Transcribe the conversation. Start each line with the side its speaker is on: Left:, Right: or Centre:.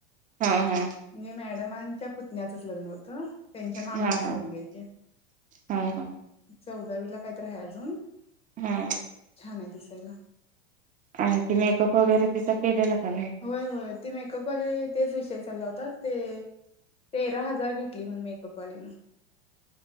Right: हां हां.
Left: नी मॅडमांच्या पुतण्याचच लग्न होतं त्यांच्या मामाचीच
Right: हा हा
Left: मुलगी आहे ती.
Right: हा हा.
Left: चौदावीला काय तर आहे अजून.
Right: हा.
Left: छान आहे दिसायला.
Right: आणखी मेकअप वगैरे तिचा केलेलं का नाही.
Left: होय होय ती मेकअपवाले तेच विषय चालला होता ते तेरा हजार घेत ती पण मेकअप वाली न